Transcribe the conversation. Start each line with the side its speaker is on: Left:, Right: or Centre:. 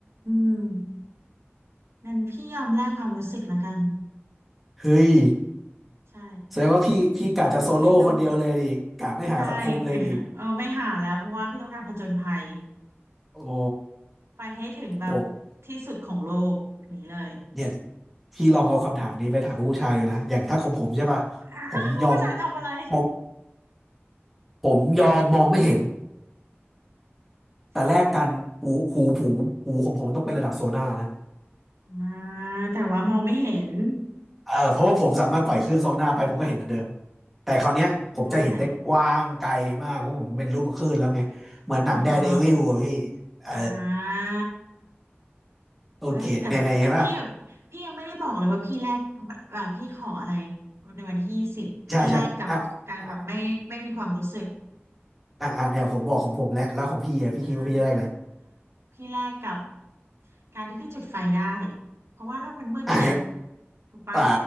Right: มงั้นพี่ยอมแลกความรู้สึกละกัน
Centre: เฮ้ย
Right: ใช่
Centre: แสดงว่าพี่พี่กะจะโซโล่คนเดียวเลยดิกะไม่หาสังคมเลยดิ
Right: พี่ต้องใช่ <laughs> เออไม่หาแล้วเพราะว่าพี่ต้องการผจญภัย
Centre: โอ้
Right: ไปให้ถึงแบบ
Centre: โห
Right: ที่สุดของโลกอย่างนี้เลย
Centre: เนี่ยพี่ลองเอาคำถามนี้ไปถามผู้ชายเลยนะอย่างถ้าของผมใช่ป่ะ
Right: <laughs> อ้าวผู้ชายทำอะไร
Centre: ผมยอมผมผมยอมมองไม่เห็นแต่แลกกันหูหูผูหูของผมต้องเป็นระดับโซน่านะ
Right: จริงอ่าแต่ว่ามองไม่เห็น
Centre: เออเพราะว่าผมสามารถปล่อยคลื่นโซน่าไปผมก็เห็นเหมือนเดิม
Right: อืม
Centre: แต่คราวเนี้ยผมจะเห็นได้กว้างไกลมากเพราะผมเป็นรูปคลื่นแล้วไงเหมือนหนังแดร์เดวิลอะพี่เออ
Right: ได้อ่าฮะอ่า
Centre: โอเคเนี่ยเนี่ยเห็นป่ะ
Right: เฮ้ยแต่พี่พี่ยังไม่ได้บอกเลยว่าพี่แลกว่าพี่ขออะไรในวันที่ยี่สิบเพื่อแลกกับการแบบไม่ไม่มีความรู้สึก
Centre: ใช่ใช่อ่ะอ่ะอ่ะอ่ะเนี่ยผมบอกของผมแล้วแล้วของพี่อะพี่คิดว่าพี่จะได้อะไร
Right: อ่าพี่แลกกับการที่พี่จุดไฟได้เพราะว่าโลกมันมืดไง
Centre: อ่ะ
Right: ถูกปะ
Centre: อ่า